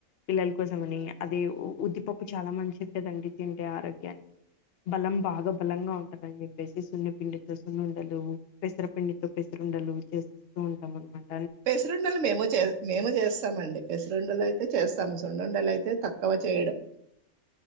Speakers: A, on the left; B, on the right.
A: పిల్లల కోసం అని అదే ఉద్దిపప్పు చాలా మంచిది కదండి తింటే ఆరోగ్యానికి బలం బాగా బలంగా ఉంటందని చెప్పేసి సున్నిపిండితో సున్నుండలు పెసరపిండితో పెసరుండలు చే ఊ ఉంటాం అనమాట
B: పెసిరుండలు మేము చే మేము చేస్తామ్ అండి పెసిరుండలు అయితే చేస్తాము సున్నుండలు అయితే తక్కవ చేయడం